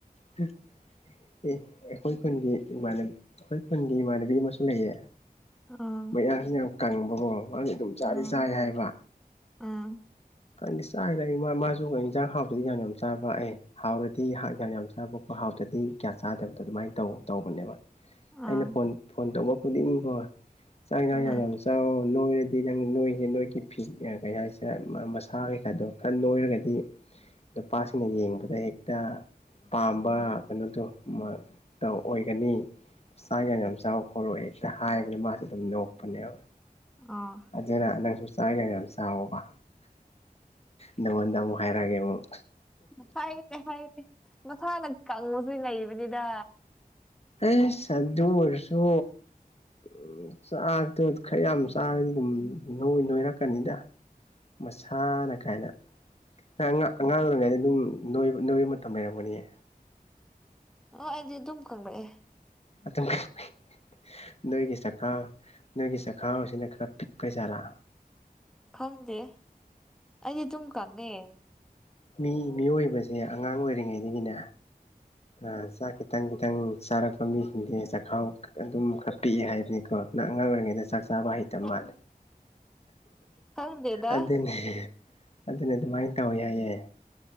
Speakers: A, on the left; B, in the centre.
A: ꯍꯦ ꯑꯦ ꯑꯩꯈꯣꯏ ꯈꯨꯟꯒꯤ ꯏꯃꯥꯟꯅ ꯑꯩꯈꯣꯏ ꯈꯨꯟꯒꯤ ꯏꯃꯥꯟꯅꯕꯤ ꯑꯃꯁꯨ ꯂꯩꯌꯦ
B: ꯑꯥ
A: ꯃꯌꯥꯡꯁꯤ ꯌꯥꯝ ꯀꯪꯕꯀꯣ ꯃꯥꯖꯦ ꯑꯗꯨꯝ ꯆꯥꯗꯤ
B: ꯑꯥ
A: ꯆꯥꯏ ꯍꯥꯏꯌꯦꯕ
B: ꯑꯥ
A: ꯈꯟꯗꯤ ꯆꯥꯒꯤꯗꯩꯗꯤ ꯃꯥ ꯃꯥꯖꯨ ꯏꯟꯖꯥꯡ ꯍꯥꯎꯇ꯭ꯔꯗꯤ ꯌꯥꯝ ꯌꯥꯝ ꯆꯥꯕ ꯑꯦ ꯍꯥꯎꯔꯗꯤ ꯌꯥꯝ ꯌꯥꯝ ꯆꯥꯕ ꯑꯣ ꯍꯥꯎꯇ꯭ꯔꯗꯤ ꯀꯌꯥ ꯆꯥꯗꯕꯗꯣ ꯑꯗꯨꯃꯥꯏ ꯇꯧ ꯇꯧꯕꯅꯦꯕ ꯑꯩꯅ
B: ꯑꯥ
A: ꯐꯣꯟ ꯐꯣꯟ ꯇꯧꯕ ꯐꯨꯗꯤꯡꯀꯣ ꯆꯥꯛ ꯏꯟꯖꯥꯡ
B: ꯑꯥ
A: ꯌꯥꯝ ꯌꯥꯝꯅ ꯆꯥꯎ ꯅꯣꯏꯔꯗꯤ ꯅꯪ ꯅꯣꯏꯖꯦ ꯅꯣꯏꯒꯤ ꯐꯤꯠ ꯑ ꯀꯩ ꯍꯥꯏꯁꯤꯔ ꯃ ꯃꯁꯥ ꯀꯩꯀꯥꯗꯣ ꯈꯔ ꯅꯣꯏꯔꯒ ꯒꯗꯤ ꯅꯨꯄꯥꯁꯤꯡꯅ ꯌꯦꯡꯕꯗ ꯍꯦꯛꯇ ꯄꯥꯝꯕ ꯀꯩꯅꯣꯗꯣ ꯃꯠ ꯇꯧ ꯑꯣꯏꯒꯅꯤ ꯆꯥꯛ ꯌꯥꯝ ꯌꯥꯝ ꯆꯥꯎ ꯈꯣꯠꯂꯣ ꯍꯦꯛꯇ ꯍꯥꯏꯕꯗ ꯃꯥꯁꯦ ꯑꯗꯨꯝ ꯅꯣꯛꯄꯅꯦꯕ
B: ꯑꯥ
A: ꯑꯗꯨꯅ ꯅꯪꯁꯨ ꯆꯥꯛ ꯌꯥꯝ ꯌꯥꯝ ꯆꯥꯎꯋꯣꯕ ꯅꯪꯉꯣꯟꯗ ꯑꯃꯨꯛ ꯍꯥꯏꯔꯛꯑꯒꯦ ꯑꯃꯨꯛ
B: ꯐꯥꯏꯔꯦ ꯐꯥꯏꯔꯦ ꯃꯊꯥꯗꯩ ꯀꯜꯂꯖꯨ ꯂꯩꯕꯅꯤꯗ
A: ꯑꯦꯁ ꯑꯗꯨ ꯑꯣꯏꯔꯁꯨ ꯎꯝ ꯆꯥꯛꯇꯣ ꯈꯔ ꯌꯥꯝ ꯆꯥꯔꯗꯤ ꯑꯗꯨꯝ ꯅꯣꯏ ꯅꯣꯏꯔꯛꯀꯅꯤꯗ ꯃꯁꯥꯅ ꯀꯥꯏꯅ ꯅꯪ ꯑꯉꯥꯛ ꯑꯉꯥꯡ ꯑꯣꯏꯔꯤꯉꯩꯗ ꯑꯗꯨꯝ ꯅꯣꯏ ꯅꯣꯏꯕ ꯃꯇꯝ ꯂꯩꯔꯝꯒꯅꯤꯌꯦ
B: ꯑꯣ ꯑꯩꯗꯤ ꯑꯗꯨꯝ ꯀꯪꯪꯔꯛꯑꯦ
A: ꯑꯗꯨꯝ ꯀꯪꯂꯩ ꯅꯣꯏꯒꯤ ꯆꯈꯥꯎ ꯅꯣꯏꯒꯤ ꯆꯥꯛꯈꯥꯎꯁꯤꯅ ꯈꯔ ꯄꯤꯛꯄꯩꯖꯥꯠꯂ
B: ꯈꯪꯗꯦ ꯑꯩꯗꯤ ꯑꯗꯨꯝ ꯀꯪꯉꯦ
A: ꯃꯤ ꯃꯤꯑꯣꯏꯕꯁꯦ ꯑꯉꯥꯡ ꯑꯣꯏꯔꯤꯉꯩꯗꯒꯤꯅꯦ ꯑꯥ ꯆꯥꯛ ꯈꯤꯇꯪ ꯈꯤꯇꯪ ꯆꯥꯔꯛꯄ ꯃꯤꯁꯤꯡꯖꯦ ꯆꯈꯥꯎ ꯑꯗꯨꯝ ꯈꯔ ꯄꯤꯛꯑꯦ ꯍꯥꯏꯕꯅꯤꯀꯣ ꯅꯪ ꯑꯉꯥꯡ ꯑꯣꯏꯔꯤꯉꯩꯗ ꯆꯥꯛ ꯆꯥꯕ ꯍꯩꯇꯝ ꯃꯥꯜꯂꯤ
B: <inaudible> ꯈꯪꯗꯦꯗ
A: ꯑꯗꯨꯅꯦ ꯑꯗꯨꯅꯦ ꯑꯗꯨꯃꯥꯏꯅ ꯇꯧꯋꯤ ꯍꯥꯏꯌꯦꯦ